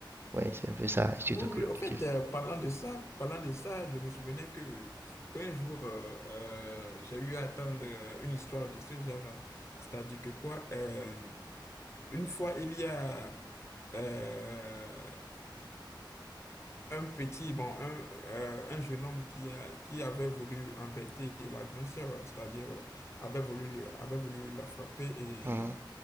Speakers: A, on the right (about 25°); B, on the left (about 35°).
A: Ouais, c'est un peu ça. Et surtout
B: oui,
A: que le
B: oui,
A: petit
B: en fait, euh, parlant de ça, parlant de ça, je me souvenais que qu'un jour, euh, euh, j'ai eu à attendre euh, une histoire de ce genre. hein. C'est-à-dire que quoi, euh, une fois, il y a euh, un petit, bon, un, euh, un jeune homme qui, a- qui avait voulu embêter la grande sœur, c'est-à-dire euh, avait voulu, le- avait voulu la frapper et
A: Mhm.